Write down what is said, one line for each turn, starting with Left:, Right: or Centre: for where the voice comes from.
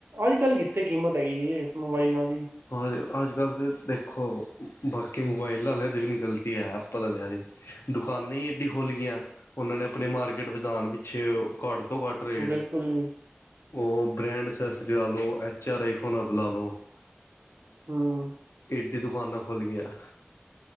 Right: ਅੱਜ ਕੱਲ੍ਹ ਕਿੱਥੇ ਕੀਮਤ ਹੈਗੀ ਜੀ ਇਹ ਮੋਬਾਈਲਾਂ ਦੀ
Left: ਹ ਅੱਜ ਕੱਲ ਤਾਂ ਦੇਖੋ ਬਾਕੀ ਮੋਬਾਇਾਈਲ ਵਾਲਿਆਂ ਦੀ ਵੀ ਨਹੀਂ ਗਲਤੀ ਹੈ ਐਪਲ ਵਾਲਿਆਂ ਦੀ <unintelligible> ਦੁਕਾਨਾਂ ਹੀ ਐਡੀ ਖੁਲ ਗਈਆਂ ਉਹਨਾਂ ਨੇ ਆਪਣੇ ਮਾਰ ਟ ਵਉਣ ਪਿੱਛੇ ਘੱਟ ਤੋਂ ਘੱਟ ਰੇਟ
Right: ਬਿਲਕੁਲ
Left: <unintelligible>
Right: ਜੀ
Left: ਉਹ ਬ੍ਰੈਂਡ ਸੈੱਸ ਜੋ ਲਓ H R iPhone Apple ਲ ਲੋ <unintelligible>
Right: ਹਮ
Left: ਏਡੀ ਦੁਕਾਨਾਂ ਖੁਲ ਗਈਆਂ